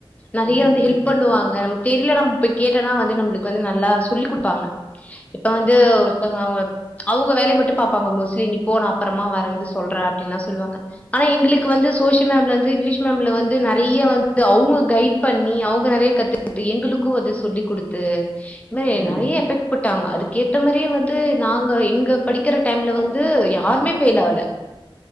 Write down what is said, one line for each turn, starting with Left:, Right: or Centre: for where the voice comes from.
Left: நெறைய
Right: ம்
Left: வந்து ஹெல்ப்
Right: ம்
Left: பண்ணுவாங் க தெரியலன்னா நம்ம போய் கேட்டனா வந்து நம்ம வந்து நல்லா சொல்லி் குடுப்பாங்க இப்ப வந்து ஒருத்தவங்க அவங்கள அவுங்க வேலைய மட்டு பாப்பாங்க மோஸ்லி நீ போ நா அப்புறமா வரந்து சொல்றே அப்டின்ல்லா சொல்லுவாங்க ஆனா எங்களுக்கு வந்து சோசிய மேம்லருந்து இங்கிலீஷ் ம்ல வந்து நறைய வந்து அவுங்க கைட் பண்ணி அவுங்க நறைய கத்து ட்டு எங்களுக்கு அது சொல்லி குடுத்து இது மாரி
Right: ம்
Left: நறைய எஃபெக்ட் புட்டாங்க அதுக்கேத்த மாரியே வந்து நாங்க எங்க படிக்குற டைம்ல வந்து யாருமே ஃபெயில் ஆல